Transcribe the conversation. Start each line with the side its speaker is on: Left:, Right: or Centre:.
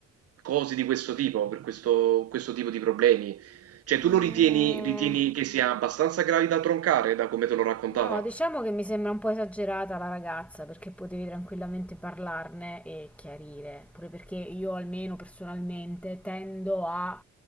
Right: cose di questo tipo, per questo, questo tipo di problemi? Cioè, tu
Centre: Eh,
Right: lo ritieni, ritieni che sia abbastanza gravi da troncare, da come te l'ho raccontata?
Centre: No, diciamo che mi sembra un po' esagerata la ragazza perché potevi tranquillamente parlarne e chiarire, pure perché io almeno personalmente tendo a